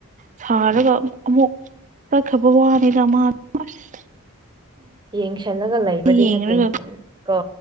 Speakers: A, on the right; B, on the right.
A: ꯁꯥꯔꯒ ꯑꯃꯨꯛ ꯑꯃꯨꯛ ꯆꯛꯈ꯭ꯔꯕ ꯋꯥꯅꯤꯅ ꯃꯥ ꯑꯁ
B: ꯌꯦꯡꯁꯜꯂꯒ ꯂꯩꯕꯗꯤ
A: ꯌꯦꯡꯔꯒ
B: ꯅꯠꯇꯦ ꯎꯝ ꯀꯣ